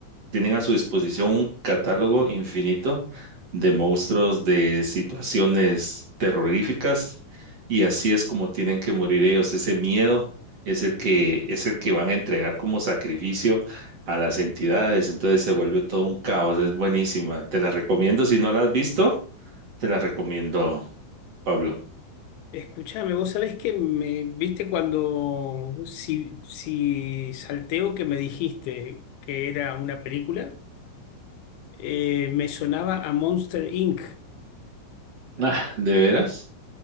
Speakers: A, on the right; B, on the left.
A: tienen a su disposición un catálogo infinito de monstruos, de situaciones terroríficas, y así es como tienen que morir ellos. Ese miedo es el que, es el que van a entregar como sacrificio a las entidades. Entonces se vuelve todo un caos. Es buenísima. Te la recomiendo. Si no la has visto, te la recomiendo, Pablo. <laughs>
B: Escúchame, vos sabés que me viste cuando, si, si salteo que me dijiste que era una película, eh, me sonaba a Monster Inc.
A: Ah, ¿de veras?